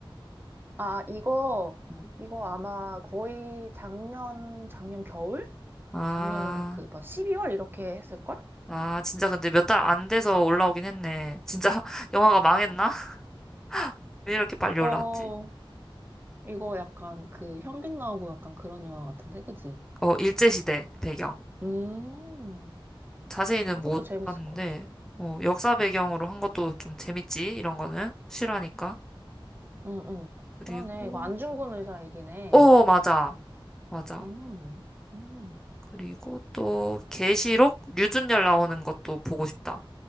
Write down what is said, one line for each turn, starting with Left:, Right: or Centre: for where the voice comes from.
Right: 아, 이거,
Centre: 어.
Right: 이거 아마 거의 작년, 작년 겨울?
Centre: 아,
Right: 작년 그, 막 12월 이렇게 했을걸?
Centre: 아, 진짜 근데 몇 달 안 돼서 올라오긴 했네. 진짜 <laughs> 영화가 망했나? <laughs> 왜 이렇게 빨리
Right: 어,
Centre: 올라왔지?
Right: 이거 약간 그 현빈 나오고 약간 그런 영화 같은데, 그지?
Centre: 어, 일제시대 배경.
Right: 음,
Centre: 자세히는
Right: 이것도
Centre: 못
Right: 재밌을
Centre: 봤는데,
Right: 것 같아.
Centre: 어, 역사 배경으로 한 것도 좀 재밌지, 이런 거는. 싫어하니까.
Right: 응, 응.
Centre: 그리고,
Right: 그러네. 이거 안중근 의사 얘기네.
Centre: 어, 맞아. 맞아.
Right: 음, 음.
Centre: 그리고 또, 계시록 류준열 나오는 것도 보고 싶다.